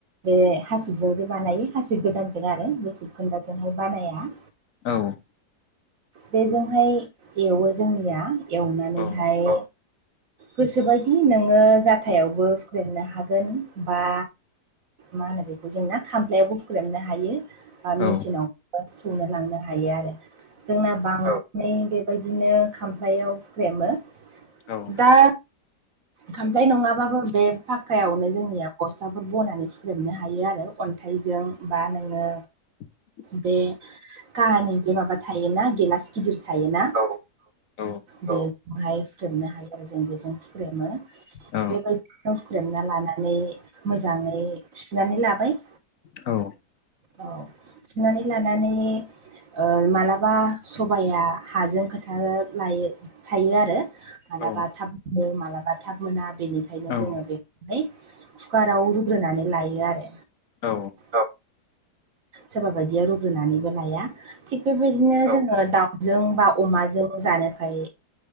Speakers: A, on the right; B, on the left.
A: बे हासिबजों जे बानायो हासिब गोदानजों आरो बे सिबखोनदाजोंहाय बानाया।
B: औ
A: बेजोंहाय एवो जोंनिया एवनानैहाय
B: औ
A: गोसोबायदि नोङो जाथायावबो हुख्रेमनो हागोन बा मा होनो बेखौ जोंना खामफ्लायावबो फुख्रेमनो हायो बा मेसिनाव
B: औ
A: सौनो लांनो हायो आरो जोंना बां सिनै बेबायदिनो खामफ्लयाव हुख्रेमो।
B: औ
A: दा खामफ्लाय नङाबाबो बे फाक्कायावनो जोंनिया बस्थाफोर बनानै हुख्रेमनो हायो आरो। अन्थाइजों बा नोङो
B: <inaudible>
A: बे काहानि बे माबा थायोना गेलास गिदिर थायोना? औ
B: औ
A: बेखौहाय हुख्रेबनो हायो आरो जों बेजों। फुख्रेमो
B: औ
A: बेबायदिनो हुख्रेमना लानानै मोजाङै सुनानै लाबाय।
B: औ
A: औ सुनानै लानानै ओ मालाबा सबाया हाजों खोथा लायो थायो आरो माबलाबा
B: औ
A: थाब मालाबा थाब मोना बेनिखायनो
B: औ
A: जों बेखौहाय कुकाराव रु रुग्रोनानै लायो आरो।
B: औ
A: औ सोरबा बायदिया रुग्रोनानैबो लाया थिग बेबायदिनो जोङो दाउ जों बा अमाजों जानोखाय